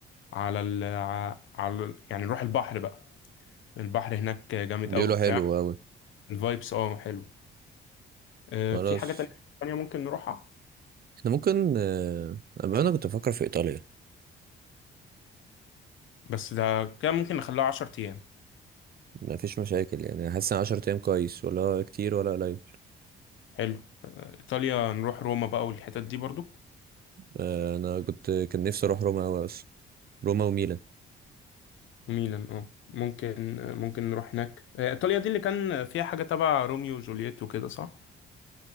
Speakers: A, on the left; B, on the right.
A: على ال... ع- على ال- يعني نروح البحر بقى البحر هناك جامد
B: بيقولوا
A: قوي بتاع
B: حلو قوي
A: الفايبس اه حلو آه،
B: خلاص
A: في حاجة تانية تانية ممكن نروحها
B: احنا ممكن آه، أما انا كنت بفكر في ايطاليا
A: بس ده كده ممكن نخليها 10 أيام
B: مفيش مشاكل يعني حاسس ان 10 ايام كويس ولا هو كتير ولا قليل
A: حلو ايطاليا نروح روما بقى والحتت دي برضو
B: انا كنت كان نفسي اروح روما قوي اصلا روما وميلان
A: وميلان اه ممكن آه، ممكن نروح هناك آه، ايطاليا دي اللي كان فيها حاجة تبع روميو وجولييت وكده صح؟